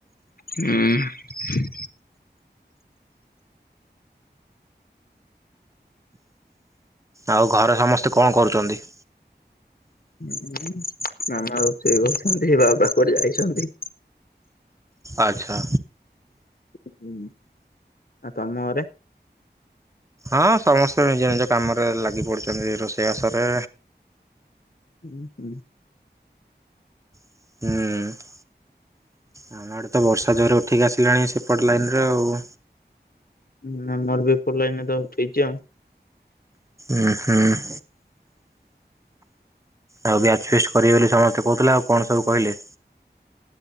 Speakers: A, on the left; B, on the right.
A: ହୁଁ ଉଁ
B: ଆଉ ଘରେ ସମସ୍ତେ କଣ କରୁଛନ୍ତି?
A: ହୁଁ, ମାମା ରୋଷଇ କରୁଛନ୍ତି, ବାବା କୁଆଡେ ଯାଇଛନ୍ତି।
B: ଆଚ୍ଛା।
A: ହୁଁ ଆଉ ତମ ଘରେ?
B: ହଁ ସମସ୍ତେ ନିଜ ନିଜ କାମରେ ଲାଗି ପଡ଼ିଛନ୍ତି ରୋଷେଇବାସରେ।
A: ହୁଁ ହୁଁ।
B: ହୁଁ ଆମ ଆଗରେ ତ ବର୍ଷା ଜୋରେ ଉଠେଇକି ଆସିଲାଣି ସେପଟ ଲାଇନରେ ଆଉ
A: ହୁଁ ଆମର ବି ଏପଟ ଲାଇନ ତ ଉଠେଇଛି ଆଉ।
B: ଉଁ ହୁଁ। ଆଉ ବ୍ୟାଚ୍ ଫିଷ୍ଟ୍ କରିବେ ବୋଲି ସମସ୍ତେ କହୁଥିଲେ ଆଉ କଣ ସବୁ କହିଲେ?